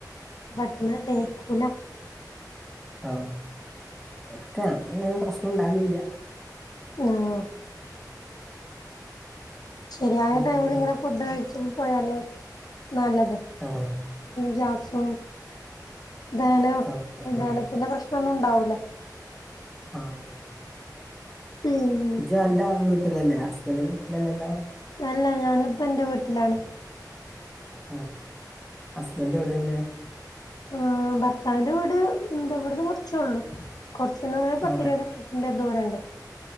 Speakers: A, on the left (about 65°); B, in the centre.
A: പെട്ടന്ന് ദഹിക്കൂല
B: ആഹ് <unintelligible> ഇങ്ങനെ ഒന്നും പ്രശ്നം ഉണ്ടാവലില്ല
A: ആഹ് ശരിയായ
B: ഉം.
A: ടൈമിൽ ഇങ്ങനെ ഫുഡ് കഴിച്ച് പോയാല് നല്ലത്
B: ആഹ്
A: ഗ്യാസും ദഹന
B: ആ ആ
A: ദഹനത്തിന്റെ പ്രശ്നൊന്നും ഉണ്ടാവൂലെ
B: ആഹ് അതെ അതെ
A: പിന്നെ
B: ജന്റെ വീട്ടിലല്ലേ ഹസ്ബൻഡന്റിന്റെ വീട്ടിലല്ലല്ലോ?
A: അല്ല ഞാനിപ്പോ എന്റെ വീട്ടിലാണ്
B: ആഹ് ഹസ്ബൻഡ് എവിടെണ്
A: ആ ഭർത്താവിന്റെ വീട് ന്താ ഇവിടുന്ന് കുറച്ചേ ഉള്ളൂ കുറച്ചൊന്നു പറഞ്ഞാൽ പത്തിരുപത്
B: ആ
A: മിനിറ്റ് ന്റെ ദൂരമുണ്ട്